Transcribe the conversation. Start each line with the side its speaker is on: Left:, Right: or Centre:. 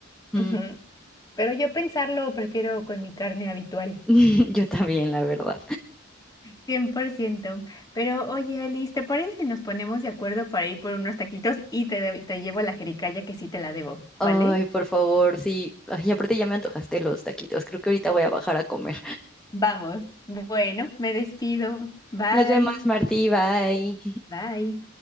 Centre: Mm,
Left: ujú. Pero yo pensarlo prefiero con mi carne habitual.
Centre: <laughs> Yo también, la verdad.
Left: cien por ciento. Pero oye, Alice, ¿te parece si nos ponemos de acuerdo para ir por unos taquitos y te, de- te llevo la jericaya que sí te la debo,
Centre: Ay,
Left: ¿vale?
Centre: por favor, sí. Ay, aparte ya me antojaste los taquitos. Creo que ahorita voy a bajar a comer.
Left: Vamos, Bueno, me despido. Bye.
Centre: Nos vemos, Martí. Bye.
Left: bye.